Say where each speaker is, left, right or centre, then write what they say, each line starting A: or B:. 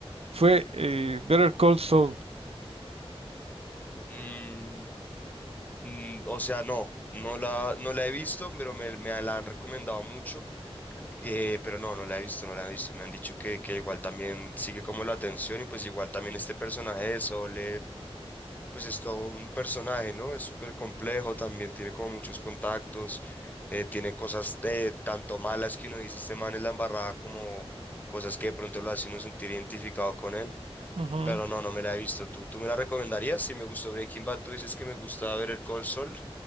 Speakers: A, on the right (about 70°); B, on the left (about 15°).
A: fue eh, Better Call Saul.
B: Mm, mm, o sea, no, no la, no la he visto, pero me, me la han recomendado mucho, eh, pero no, no la he visto, no la he visto. Me han dicho que, que igual también sigue como la atención y pues igual también este personaje de Sol pues es todo un personaje, ¿no? Es súper complejo, también tiene como muchos contactos, eh, tiene cosas eh, tanto malas que uno dice, este man es la embarrada, como cosas que de pronto lo hacen uno sentir identificado con él,
A: Ujú.
B: pero no, no me la he visto. ¿Tú, tú me la recomendarías? Si me gustó Breaking Bad, tú dices que me gusta ver el Cold Soul,